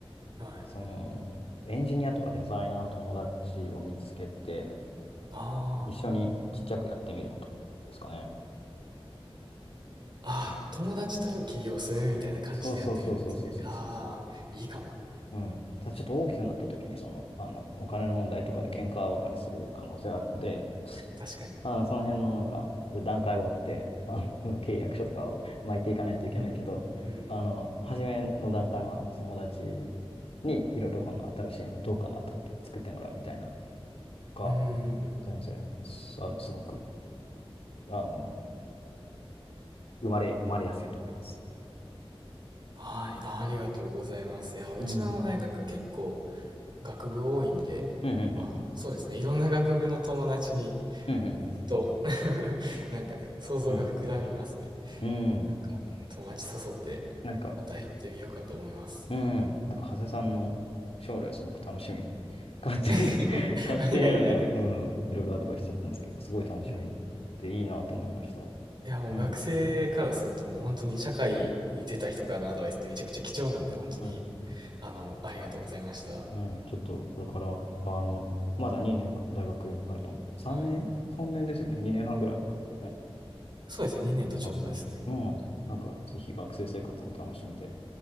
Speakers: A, on the right; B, on the left.
A: はい。
B: その、エンジニアとかデザイナーの友達を見つけて、
A: ああ。
B: 一緒にちっちゃくやってみることですかね。
A: あ、
B: うん
A: 友達と起業するみたいな感じでやってみるんですね。
B: そうそうそうそうそうそうそう。
A: ああ、いいかも。
B: うん。ただちょっと大きくなった時に、その、あの、お金の問題とかで喧嘩別れする可能性があるので、
A: 確かに。
B: あーその辺のなんか、段階を追って、あの、契約書とかを巻いていかないといけないけど、
A: うん。うん
B: あの、初めの段階は、なんか友達にいろいろこんな新しいのどうかなとかって作ってもらうみたいなとか、
A: うん。うんうんうん。
B: 全然、すあの、すごく、あの、生まれ、生まれやすいと思います。
A: はい。あー、ありがとうございます。いや、うちの大学結構、
B: うん。
A: 学部多いんで、
B: うん、うん、
A: まあそうですね、
B: う
A: いろんな学部の友達に、
B: ん、うん。うん、
A: と、<laughs> なんかね、想像が膨らみますね。
B: うん、うん。うん。うん
A: なんか、うん友達誘って、
B: なんか、
A: またやってみようかと思います。
B: うん。なんか、長谷さんの将来すごく楽しみ。勝手に
A: <laughs>
B: <laughs> 勝手になんか、
A: いやいや、ありがと
B: うん、いろいろアドバイスしちゃったんですけど、すごい楽しみでいいなと思いました。
A: う。うん。いや、もう学生からするともう本当に社会に出た人からのアドバイスってめちゃくちゃ貴重なんで、
B: うん。
A: 本当に、
B: うん。
A: あの、ありがとうございました。
B: ねえ、ちょっとこれから、あの、まだ2年かな、大学あると思う。3年
A: はい。
B: ?3 年ですよね。2年半ぐらいある。ね。
A: そうですね、2年とちょっとですね。
B: 3年ある。うん。なんか、ぜひ学生生活も楽しんで、